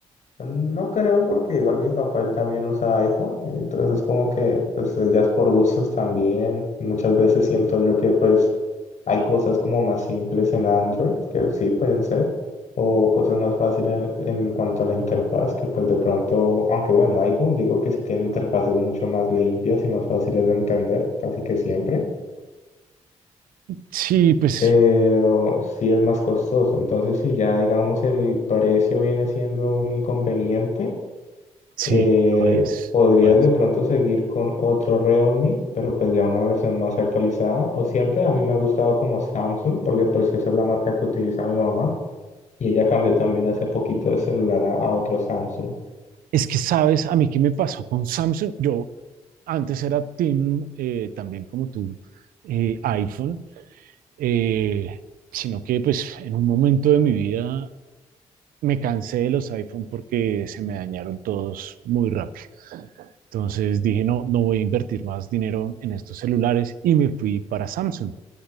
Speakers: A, on the left; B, on the right.
A: No creo porque igual mi papá él también usa iPhone, y entonces como que pues ya es por gustos también. Muchas veces siento yo que pues hay cosas como más simples en Android que sí pueden ser o cosas más fáciles en, en cuanto a la interfaz que pues de pronto, aunque bueno, iPhone digo que sí tiene interfaces mucho más limpias y más fáciles de entender, casi que siempre.
B: Sí, pues
A: pero sí es más costoso. Entonces, si ya digamos el precio viene siendo un inconveniente,
B: sí,
A: Eh,
B: pues,
A: podrías
B: pues.
A: de pronto seguir con otro Realme, pero pues ya una versión más actualizada. O siempre a mí me ha gustado como Samsung, porque pues esa es la marca que utiliza mi mamá. Y ella cambió también hace poquito de celular a, a otro Samsung.
B: Es que sabes, a mí qué me pasó con Samsung. Yo antes era team, eh, también como tú, eh, iPhone, eh, sino que pues en un momento de mi vida me cansé de los iPhone porque se me dañaron todos muy rápido. Entonces dije, no, no voy a invertir más dinero en estos celulares y me fui para Samsung.